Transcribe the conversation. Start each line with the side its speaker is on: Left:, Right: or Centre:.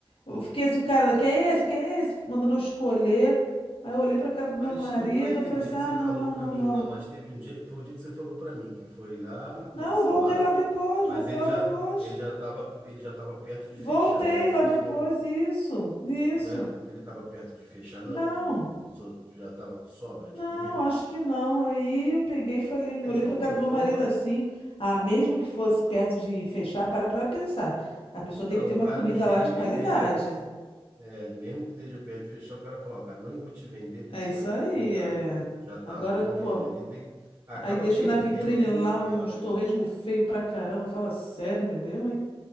Left: Eu fiquei assim, o cara, quer esse, quer esse? Mandando eu escolher. Aí eu olhei pra cara do
Right: Mas
Left: meu marido,
Right: não foi aquele
Left: eu falei
Right: dia
Left: assim,
Right: que
Left: ah,
Right: você falou
Left: não, não,
Right: para
Left: não,
Right: mim,
Left: não.
Right: não, mas teve um dia, foi o dia que você falou para mim que foi lá nesse
Left: Não, eu voltei
Right: bar,
Left: lá depois,
Right: mas
Left: voltei
Right: ele
Left: lá
Right: já
Left: depois.
Right: ele já estava ele já estava perto de
Left: Voltei
Right: fechar, né? Talvez
Left: lá depois,
Right: não,
Left: isso, isso.
Right: Não era porque ele estava perto de fechar, não.
Left: Não,
Right: Só- Já estava com sobra
Left: não,
Right: de comida.
Left: acho que não. Aí eu peguei e falei,
Right: É,
Left: olhei
Right: de qualquer
Left: pra cara do
Right: forma,
Left: meu marido assim, ah, mesmo que fosse perto de fechar, para pra pensar. A pessoa tem
Right: não,
Left: que ter
Right: o
Left: uma
Right: cara
Left: comida
Right: não devia
Left: lá
Right: nem
Left: de qualidade.
Right: vender, né? Os- é, mesmo que esteja perto de fechar, o cara falou, ó, cara, não vou te vender porque
Left: É
Right: esse
Left: isso
Right: torresmo
Left: aí,
Right: aqui não tá,
Left: é.
Right: já tá
Left: Agora,
Right: ruim.
Left: pô,
Right: É, ele tem, acaba
Left: aí deixa
Right: perdendo
Left: na vitrine
Right: a clientela,
Left: lá uns
Right: né?
Left: torresmo feio pra caramba. Fala, sério, meu, eu, hein?